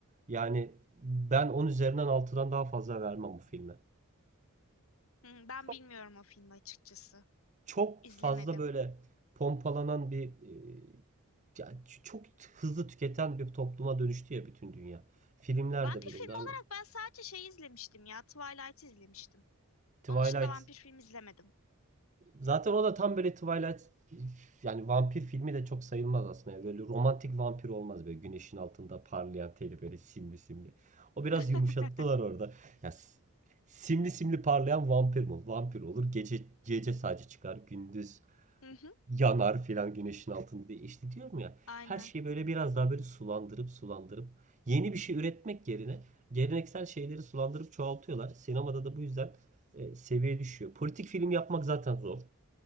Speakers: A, on the right; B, on the left.
A: yani ben 10 üzerinden 6'dan daha fazla vermem bu filme.
B: Hı, Ben
A: Çok
B: bilmiyorum o filmi açıkçası.
A: çok
B: İzlemedim.
A: fazla böyle pompalanan bir e, yani ç- çok hızlı tüketen bir topluma dönüştü ya bütün dünya. Filmler
B: Vampir
A: de böyle
B: filmi
A: oldu hemen.
B: olarak ben sadece şey izlemiştim ya. Twilight izlemiştim.
A: Twilight
B: Onun dışında vampir film izlemedim.
A: Zaten o da tam böyle Twilight yani vampir filmi de çok sayılmaz aslında. Yani böyle romantik vampir olmaz böyle güneşin altında parlayan teli böyle simli simli. O biraz
B: <laughs>
A: yumuşattılar orada. Ya s- simli simli parlayan vampir mi olur? Vampir olur. Gece gece sadece çıkar, gündüz
B: Hı hı,
A: yanar filan güneşin altında diye. İşte diyorum ya
B: aynen.
A: her şeyi böyle biraz daha böyle sulandırıp sulandırıp yeni bir şey üretmek yerine geleneksel şeyleri sulandırıp çoğaltıyorlar. Sinemada da bu yüzden e, seviye düşüyor. Politik film yapmak zaten zor.